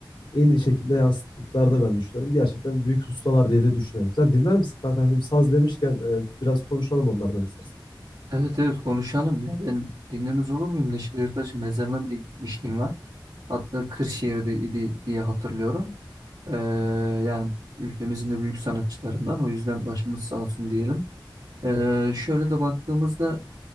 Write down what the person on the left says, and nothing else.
en iyi şekilde yansıttıklarını ben düşünüyorum. Gerçekten büyük ustalar diye de düşünüyorum. Sen dinler misin kanka? Şimdi saz demişken e, biraz konuşalım onlardan istersen.